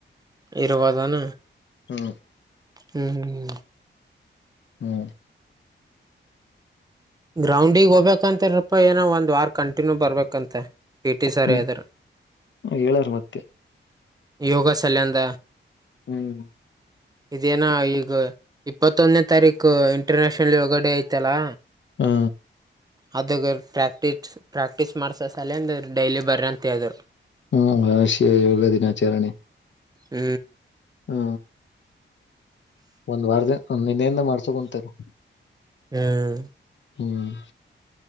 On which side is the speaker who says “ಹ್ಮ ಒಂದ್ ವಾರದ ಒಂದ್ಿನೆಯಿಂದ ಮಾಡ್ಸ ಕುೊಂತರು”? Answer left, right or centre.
Left